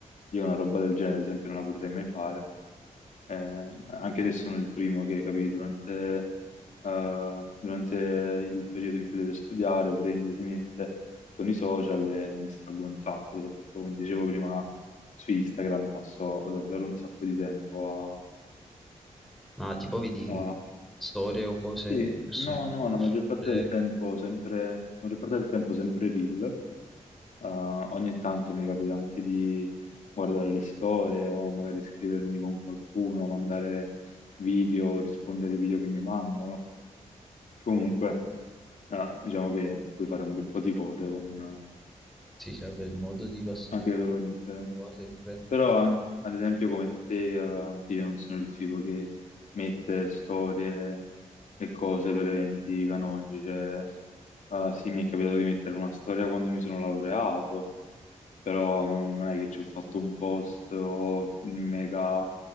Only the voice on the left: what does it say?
Io una roba del genere, ad esempio, non la potrei mai fare, Eh, anche se sono il primo che, capì, durante, eh, durante il periodo in cui deve studiare, prende, si mette con i social e mi distraggo un sacco, soprattutto come dicevo prima su Instagram passo davvero un sacco di tempo
a, a-
Sì,
no,
no,
la maggior
parte del tempo sempre, la maggior parte del tempo sempre reel. Eh, ogni tanto mi capita anche di guardare le storie o magari scrivermi con qualcuno, mandare video, rispondere ai video che mi mandano. Comunque, eh, diciamo che puoi fare un bel po' di cose con, eh,
anche
dietro con Instagram.
Però, eh, ad esempio, come te, eh, anche io non sono il tipo che mette storie e cose per eventi canonici. Cioè, eh, sì, mi è capitato di mettere una storia quando mi sono laureato, però non non è che ci ho fatto un post o mega